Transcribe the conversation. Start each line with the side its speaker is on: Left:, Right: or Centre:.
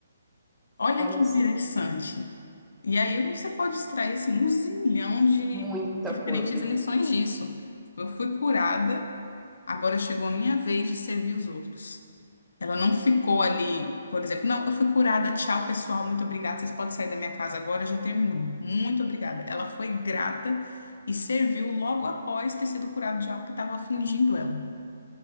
Left: Olha
Centre: Olha
Left: que interessante.
Centre: só,
Left: E aí você pode extrair assim, um zilhão de
Centre: muita
Left: diferentes
Centre: coisa.
Left: lições disso. Tipo, Eu fui curada, agora chegou a minha vez de servir os outros. Ela não ficou ali, por exemplo, não, eu fui curada, tchau pessoal, muito obrigada, vocês podem sair da minha casa agora, já terminou. Muito obrigada. Ela foi grata e serviu logo após ter sido curada de algo que estava afligindo ela.